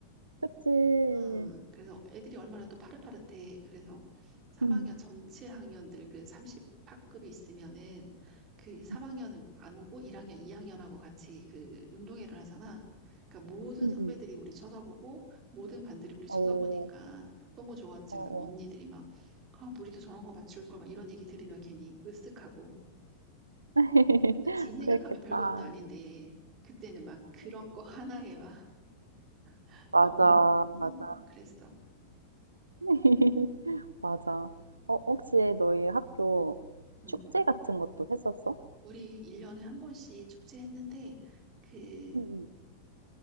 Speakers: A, on the right; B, on the right.
A: 그치.
B: 아, 그래서 애들이 얼마나 또 파릇파릇해. 그래서 3학년
A: 음.
B: 전체 학년들 그 30학급이 있으면은 그 3학년은
A: 음.
B: 안 오고 1학년, 2학년하고 같이 그 운동회를 하잖아. 그러니까 모든
A: 음음.
B: 선배들이 우리 쳐다보고 모든 반들이 우리 쳐다보니까
A: 어.
B: 너무 좋았지.
A: 어어.
B: 그리고 언니들이 막 아, 우리도 저런 거 맞출 걸 막 이런 얘기 들으면 괜히 으쓱하고
A: <laughs>
B: 지금 생각하면
A: 그랬겠다.
B: 별것도 아닌데 그때는 막 그런 거 하나에 막 <laughs>
A: 맞아.
B: 너무 행, 음,
A: 맞아.
B: 그랬어.
A: <laughs> 맞아. 어 혹시 너희 학교
B: 음.
A: 축제 같은 것도 했었어?
B: 우리 1년에 한 번씩 축제했는데, 그,
A: 음 응,